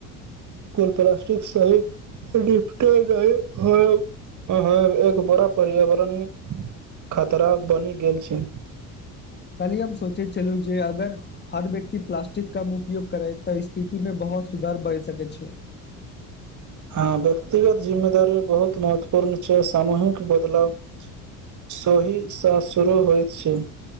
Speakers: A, on the right; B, on the left.
A: प्लासटिक सहित रिफ्टे नहि होयब अहाँ एक बड़ा पर्यावरणीय खतरा बनि गेल छी
B: काल्हि हम सोचे चलू जे अगर हर व्यक्ति प्लाास्टिक कम उपयोग करे तऽ स्थिति मेे बहुत सुधार भय सक छै
A: हँ व्यक्तिगत जिम्मेदारी बहुत महत्वपूर्ण छै सामूहिक बदलाव सोहीशा शुरू होइत छी।